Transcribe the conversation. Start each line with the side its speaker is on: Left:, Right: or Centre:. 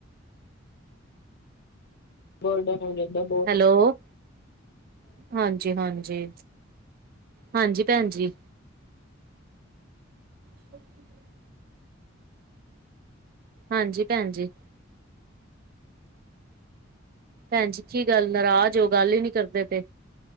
Left: ਬਰਡਨ ਹ <unintelligible> <inaudible>
Right: ਹੈਲੋ! ਹਾਂਜ ਜੀ ਹਾਂਜੀ, ਹਾਂਜੀ ਭੈਣ ਜੀ। <inaudible> ਹਾਂਜੀ, ਭੈਣ ਜੀ। ਭੈਣ ਜੀ, ਕੀ ਗੱਲ ਨਾਰਾਜ਼ ਓ। ਗੱਲ ਈ ਨੀ ਕਰਦੇ ਪੇ?